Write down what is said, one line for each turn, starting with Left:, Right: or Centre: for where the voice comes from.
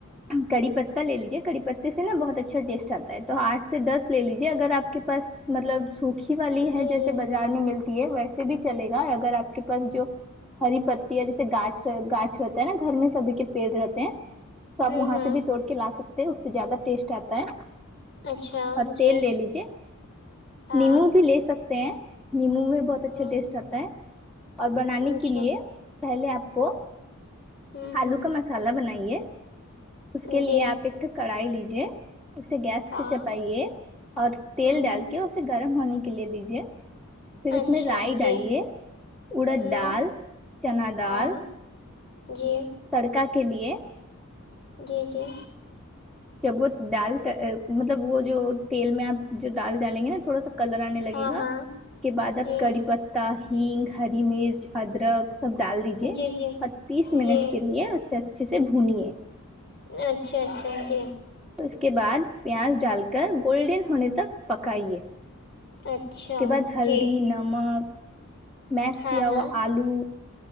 Centre: کڑی پتہ لے لیجیے کڑی پتے سے نا بہت اچھا ٹیسٹ آتا ہے تو آٹھ سے دس لے لیجیے اگر آپ کے پاس مطلب سوکھی والی ہے
Left: جی
Centre: جیسے
Left: جی
Centre: با ہزار میں ملتی ہے ویسے بھی چلے گا اگر آپ کے پاس جو ہری پتی جیسے گاچ گاچ رہتا ہے نا گھر میں سبھی کے پیڑ رہتا تو آپ
Left: ہوں
Centre: وہاں
Left: ہوں
Centre: سے بھی توڑ کے لا سکتے ہیں اس سے زیادہ ٹیسٹ آتا ہے
Left: اچھا
Centre: اور
Left: جی
Centre: تیل لے لیجیے
Left: ہاں
Centre: نیمبو بھی لے سکتے نیمو میں بہت اچھا
Left: ہوں
Centre: ٹیسٹ آتا ہے اور بنانے
Left: اچھا
Centre: کے لیے پہلے آپ کو
Left: ہوں
Centre: آلو
Left: ہوں
Centre: کا مسالہ بنائیے اس کے لیے
Left: جی
Centre: آپ ایک کڑھائی لیجیے اسے گیس
Left: ہاں
Centre: پہ چٹائے اور تیل
Left: ہوں ہوں
Centre: ڈال کے اسے گرم ہونے کے لیے دیجیے پھر اس
Left: اچھا
Centre: میں رائی
Left: جی
Centre: ڈالیے اڑد
Left: ہوں
Centre: ڈال چنا دال
Left: ہاں جی
Centre: تڑکا کے لیے
Left: جی جی
Centre: جب وہ ڈال مطلب وہ جو تیل میں آپ جو ڈال ڈالیں گے نا تھوڑا سا کلر آنے لگے
Left: ہاں
Centre: گا
Left: ہاں
Centre: اس کے بعد
Left: جی
Centre: اب کری پتا ہگ ہری مرچ ادرک سب ڈال دیجے
Left: جی جی
Centre: اور تیس منٹ
Left: جی
Centre: کے لیے اسے اچھے سے بھنیے
Left: اچھا اچھا جی
Centre: اس کے بعد پیاز ڈال کر گولڈن ہونے تک پکائیے
Left: اچھا
Centre: اس کے بعد ہلدی
Left: جی
Centre: نمک میس
Left: ہاں
Centre: کیا ہوا
Left: ہاں
Centre: آلو